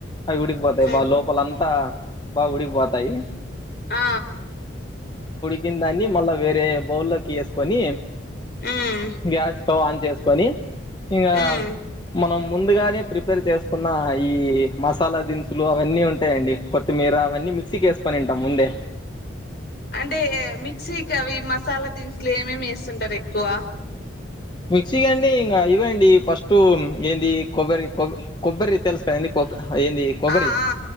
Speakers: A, on the left; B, on the left.
A: అవి వుడికిపోతాయి
B: ఉమ్
A: బా లోపలంతా బాగుడికి పోతాయి
B: ఆ
A: కినదాన్ని మళ్ళ వేరే బౌల్లోకి ఏస్ కోని
B: ఉమ్
A: గ్యాస్ తో ఆన్ చేసుకొని ఇంకా
B: ఉమ్
A: మనం ముందుగానే ప్రిపేర్ చేసుకున్న ఈ మసాలా దినుసులు అవన్నీ ఉంటాయండి కొత్తిమీర అవన్నీ మిక్సీకేస్కొనింటాం ముందే
B: అంటే మిక్సీకి అవి మసాలా దిన్సులు ఏమేమి వేస్తుంటారు ఎక్కువ
A: మిక్సీగా అండి ఇంకా ఇవండి ఫస్ట్ ఏంది కొబ్బరి కొబ్ కొబ్బరి తెలుసు కద ఏంది కొబ్బ ఏంది కొబ్బరి
B: ఆ ఆ